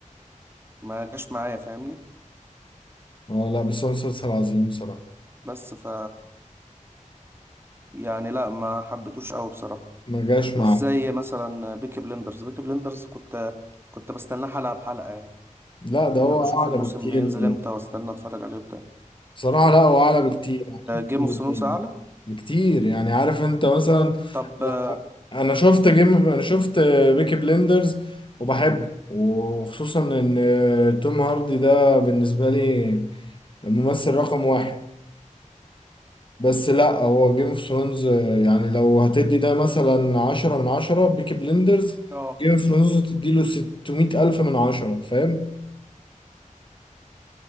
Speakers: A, on the right (about 15°); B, on the left (about 40°).
A: ما جاش معايا فاهمني
B: اه لا بس هو مسلسل عظيم بصراحة
A: بس ف يعني لا ما حبيتوش قوي بصراحة
B: ما جاش
A: مش
B: معاه
A: زي مثلا بيكي بلندرز بيكي بلندرز كنت كنت بستناه حلقة بحلقة يعني
B: لا ده هو
A: يعني بشوف
B: أعلى
A: الموسم
B: بكتير
A: بينزل امتى واستنى اتفرج عليه وبتاع
B: بصراحة لا هو أعلى بكتير شفت
A: جيم
B: الاتنين
A: اوف ثرونز اعلى
B: بكتير يعني عارف أنت مثلا
A: طب
B: لا،
A: اه
B: أنا شفت جيم أنا شفت بيكي بليندرز وبحبه وخصوصا إن توم هاردي ده بالنسبة لي الممثل رقم واحد بس لا هو جيم اوف ثرونز يعني لو هتدي ده مثلا عشرة من عشرة بيكي بليندرز
A: آه،
B: جيم اوف ثرونز تديله ستمية ألف من عشرة فاهم